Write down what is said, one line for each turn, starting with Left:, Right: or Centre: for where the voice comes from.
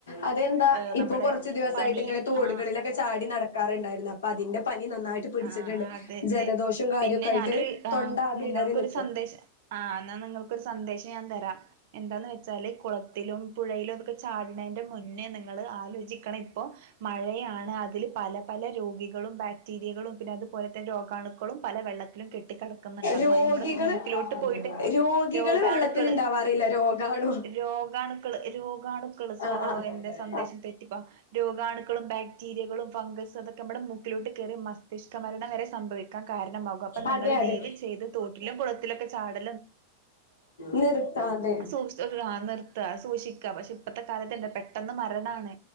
Left: അതെന്താ
Right: ഏഹ്
Left: ഇപ്പൊ
Right: നമ്മടെ
Left: കുറച്ച്ു ദിവസമായിട്ട്
Right: പനി
Left: ഇങ്ങനെ തോടുകളിലൊക്കെ
Right: ആഹ്
Left: ചാടി നടക്കാറുണ്ടായിരുന്നു അപ്പൊ അതിന്റെ പനി നന്നായിട്ട് പിടിച്ചിട്ടുണ്ട്
Right: ആ അതന്നെ
Left: ജലദോഷവും കാര്യൊക്കെ
Right: പിന്നെ
Left: ആയിട്ട്
Right: ഞാനൊരു ആ
Left: തൊണ്ട ആകെ
Right: നിങ്ങൾക്കൊരു
Left: ഇടറി നിക്കാ
Right: സന്ദേശം ആ ആ എന്നാ നിങ്ങക്കൊരു സന്ദേശം ഞാൻ തരാം എന്താന്ന് വെച്ചാല് കുളത്തിലും പുഴയിലും ഇതൊക്കെ ചാടുന്നന്റെ മുന്നേ നിങ്ങ ആലോചിക്ക ഇപ്പോ മഴയാണ് അതിൽ പല പല രോഗികളും മീരികളുംന്നെ അതുപോലെന്നെ രോഗാണുളും പല വെള്ളത്തിലും കെട്ടി കിടക്കുന്നുണ്ട
Left: രോഗികള്
Right: നമ്മുടെ മൂക്കിലോട്ട് പോയിട്ട്
Left: രോഗികള്
Right: രോഗാണുക്കള്
Left: വെള്ളത്തിൽ ഇണ്ടാവാറില്ല രോഗാണു
Right: രോഗാണുക്കള് രോഗാണു സ
Left: ആഹ് ആഹ്
Right: എന്റെ സന്ദേശം
Left: ആഹ്
Right: തെറ്റിപ്പ രോഗാണുക്കളും ബാക്ടീരിയകളും ഫംഗസും അതൊക്കെ നമ്മുടെ മൂക്കിലോട്ട് കയറി മസ്തിഷ്ക മരണം വരെ സംഭവിക്കാൻ കാരണമാകും അപ്പം നിങ്ങൾ
Left: അതെ അതെ
Right: ദേവ് ചെയ്ത് തോട്ടിലും കുളത്തിലൊക്കെ ചാട
Left: നിർത്താതെ
Right: സൂക്ഷ നിർത്ത സൂക്ഷിക്ക പക്ഷെ ഇപ്പത്തെ കാലത്തണ്ട പെട്ടെന്ന് മരണാണ്